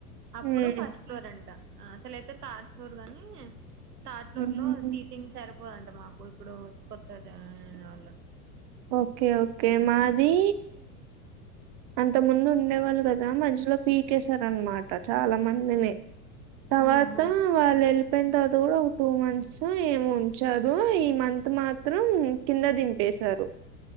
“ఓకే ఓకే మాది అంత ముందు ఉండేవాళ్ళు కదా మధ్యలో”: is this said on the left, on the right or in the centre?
Right